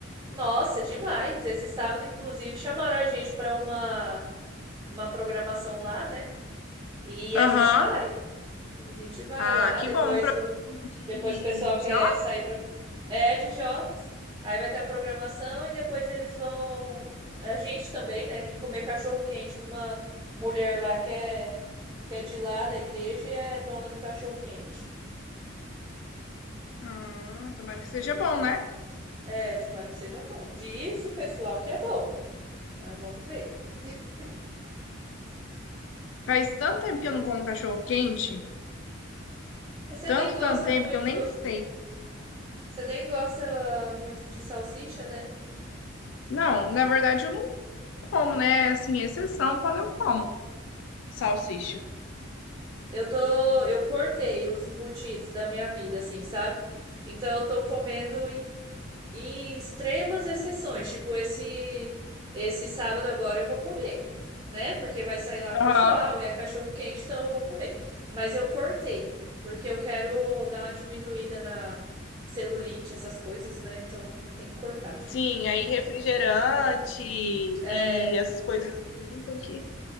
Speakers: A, on the right; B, on the left.
A: Nossa, demais. Esse sábado, inclusive, chamaram a gente para uma, uma programação lá, né? E
B: Aham.
A: a gente vai. A gente vai
B: Ah,
A: lá.
B: que
A: Depois
B: bom. Profissão
A: o,
B: de
A: depois o pessoal quer
B: Jó?
A: sair para. É de jovens. Aí vai ter a programação e depois eles vão. A gente também, né? E comer cachorro-quente numa mulher lá que é, que é de lá da igreja e é dona do cachorro-quente.
B: Ah, tomara que seja bom, né?
A: É, tomara que seja bom. Diz o pessoal que é bom. Mas vamos ver. <laughs>
B: Faz tanto tempo que eu não como cachorro quente,
A: Você
B: tanto,
A: nem gosta
B: tanto tempo
A: muito.
B: que eu nem sei.
A: Você nem gosta muito de salsicha, né?
B: Não, na verdade eu não como, né? É, Assim, exceção quando eu como salsicha.
A: Eu tô, eu cortei os embutidos da minha vida, assim, sabe? Então eu tô comendo em, em extremas exceções, tipo esse esse sábado agora eu vou comer, né? Porque vai sair lá com
B: Aham.
A: o pessoal e é cachorro quente, então eu vou comer. Mas eu cortei, porque eu quero dar uma diminuída na celulite, essas coisas, né? Então tem que cortar.
B: Sim, aí refrigerante e
A: É,
B: essas coisas assim tem que